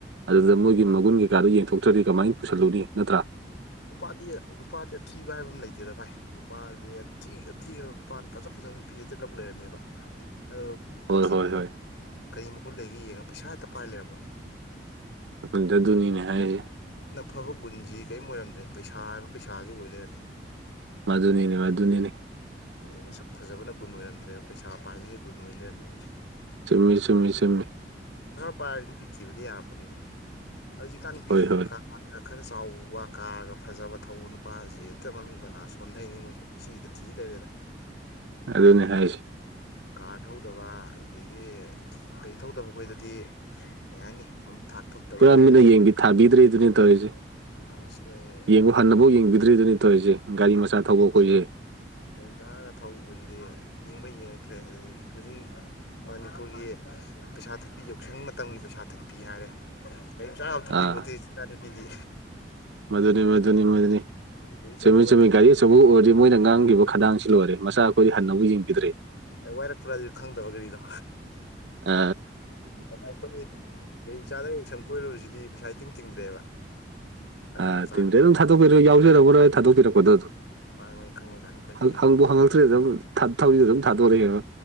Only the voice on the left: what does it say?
ꯅꯨꯄꯥꯗꯤ ꯅꯨꯄꯥꯗꯤ ꯑꯊꯤꯕ ꯍꯥꯏꯕ ꯑꯃ ꯂꯩꯇꯦꯗꯚꯥꯏ ꯅꯨꯄꯥꯗꯤꯤ ꯊꯤꯈ꯭ꯔꯕ ꯅꯨꯄꯥꯅ ꯐꯖ ꯐꯖ ꯅꯨꯄꯤ ꯑ ꯂꯧ ꯂꯩꯔꯝꯃꯦꯕ ꯑ
ꯑꯊꯤꯕꯅꯣ
ꯀꯔꯤ ꯃꯈꯨꯜ ꯂꯩꯒꯦ ꯌꯦꯡꯉ ꯄꯩꯁꯥ ꯍꯦꯛꯇ ꯄꯥꯏ ꯂꯩꯔꯝꯕ
ꯑꯐꯕ ꯒꯨꯟꯁꯤ ꯀꯔꯤꯝ ꯑꯣꯏꯔꯝꯗ꯭ꯔꯦ ꯄꯩꯁꯥ ꯍꯥꯏꯕ ꯄꯩꯁꯥꯁꯤ ꯑꯣꯏ ꯂꯩꯔꯝꯃꯦ
ꯍꯥꯏꯗꯤ ꯃꯁꯛ ꯐꯖꯕꯅ ꯒꯨ ꯑꯣꯏꯔꯝꯗ꯭ꯔꯦꯕ ꯄꯩꯁꯥ ꯄꯥꯏꯝꯁꯦ ꯒꯨꯟ ꯑꯣꯏꯅ ꯂꯩꯔꯝꯃꯦꯕ
ꯅꯨꯄꯥꯥꯏꯔꯗꯤ ꯅꯨꯄꯤ ꯊꯤꯕꯗꯤ ꯌꯥꯔꯛꯄꯅꯤꯗ ꯍꯧꯖꯤꯛꯀꯥꯟ ꯅꯨꯄꯤꯁꯤꯁꯨ
ꯈ ꯈꯔ ꯆꯥꯎꯕ ꯀꯥꯔꯒ ꯐꯖꯕ ꯊꯧꯕ ꯅꯨꯄꯥꯁꯤ ꯍꯦꯛꯇ ꯃꯃꯤꯠ ꯃꯅꯥ ꯁꯣꯟꯊꯩꯅꯤ ꯃꯣꯏꯁꯨ ꯁꯤꯗ ꯊꯤ ꯂꯩꯔꯦꯗ
ꯀꯥꯔ ꯊꯧꯗꯕ ꯑꯗꯨꯗꯒꯤ ꯒꯥꯩ ꯊꯧꯗꯕ ꯑꯩꯈꯣꯏꯗꯗꯤ ꯀꯩ ꯍꯥꯏꯅꯤ ꯃꯃꯤꯠ ꯊꯥꯛ ꯊꯨꯞꯇꯕꯩ
ꯃꯑꯣꯡ
ꯑꯩꯈꯣꯏ
ꯌ ꯆꯥꯔꯒ ꯊꯧꯕꯁꯤꯗꯤ ꯌꯦꯡꯕ ꯌꯦꯡꯉꯛꯇ꯭ꯔꯦ ꯑꯗꯨꯗꯒꯤ ꯍꯧꯖꯤꯛ ꯃꯅꯤꯄꯨꯔꯒꯤ ꯄꯩꯁꯥ ꯊꯠꯄꯤ ꯌꯥꯎꯁꯪ ꯃꯇꯝꯒꯤ ꯄꯩꯁꯥ ꯊꯠꯄꯤ ꯍꯥꯏꯔꯦ ꯃ ꯆꯥꯕ ꯊꯛꯄꯤ
ꯄꯣꯊꯣꯛ ꯏꯆꯥ ꯅꯨꯨꯄꯤꯗꯤ
ꯒꯥꯔꯤ ꯑꯆꯧꯕ
ꯑꯦ ꯋꯥꯏꯔꯛꯄ꯭ꯔꯥ ꯑꯗꯨ ꯈꯪꯗꯕ ꯒꯥꯔꯤꯗꯣ
ꯑ ꯑꯩꯈꯣꯏ ꯀꯩ ꯆꯥꯗ ꯁꯪ ꯀꯣꯏꯔꯨꯁꯤꯗꯤ ꯄꯩꯁꯥ ꯏꯇꯤꯡ ꯇꯤꯡꯗ꯭ꯔꯦꯕ ꯑꯉꯥꯡ
ꯃꯆꯥ
ꯃꯥꯅ ꯃꯣꯏꯅ ꯈꯪꯕꯖꯥꯠꯅꯤ ꯑꯩꯈꯣꯏꯒꯤ